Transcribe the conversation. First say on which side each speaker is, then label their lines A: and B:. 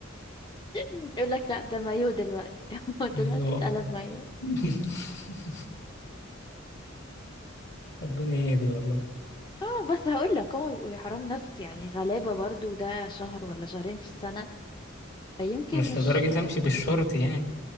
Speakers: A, on the left (about 25°); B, on the left (about 60°).
A: يقول لك لا ده مايو دلوقتي <laughs> هو دلوقتي
B: ايوه
A: اتقلب
B: آه.
A: مايو
B: <laughs> ربنا يهدي والله
A: اه بس هقول لك هو بيبقوا يا حرام ناس يعني غلابة برضه ده شهر ولا شهرين في السنة فيمكن
B: مش
A: مش
B: لدرجة امشي بالشورت يعني